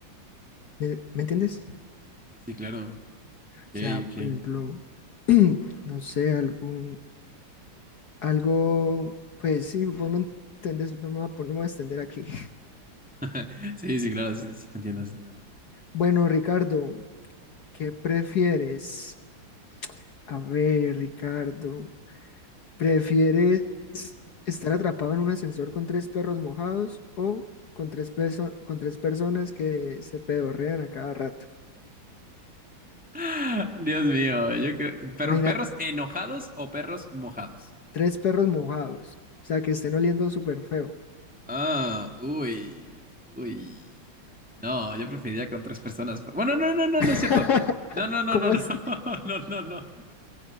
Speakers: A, on the left; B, in the centre.
A: ¿Me, me entiendes? O
B: Sí, sí, claro. Ok,
A: sea,
B: ok.
A: por ejemplo, no sé, algún, algo, pues sí, vos me entendés, no me voy a, pon- no me voy a extender aquí. <laughs>
B: <laughs> Sí, sí, claro, sí, sí te entiendo, sí te entiendo.
A: Bueno, Ricardo, ¿qué prefieres? A ver, Ricardo, ¿prefieres estar atrapado en un ascensor con tres perros mojados o con tres, perso- con tres personas que se pedorrean a cada rato?
B: <gasps> <laughs> Dios mío, yo creo. Pero,
A: Imagínate
B: ¿perros enojados o perros mojados?
A: tres perros mojados, o sea, que estén oliendo súper feo.
B: Ah, uy, uy. No, yo preferiría con tres personas. Bueno, no, no, no,
A: <laughs>
B: no es cierto. No, no, no,
A: ¿Cómo
B: no, no,
A: así?
B: <laughs> no, no, no.